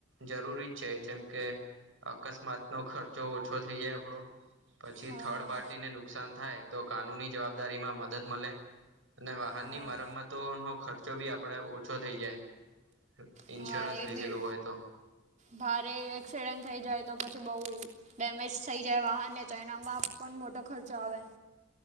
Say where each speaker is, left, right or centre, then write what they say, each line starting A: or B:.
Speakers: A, on the right; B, on the right.
A: જરૂરી જ છે જેમ કે અકસ્માત નો ખર્ચો ઓછો થઇ જાય આપડો. પછી
B: હા
A: થર્ડ પાર્ટી ને. નુકસાન થાય તો કાનૂની જવાબદારી માં મદદ મળે અને વાહનની
B: હા
A: મરમતોનો ખર્ચ. બી આપડે ઓછો થઈ જાય ઇન્સ્યોરન્સ
B: હા એ
A: લીધેલું
B: બી
A: હોય તો.
B: ભારે એક્સિડેન્ટ થઈ જાય તો પછી બઉ. ડેમેજ થઈ જાય વાહનને તો એનામાં પણ મોટો ખર્ચો આવે.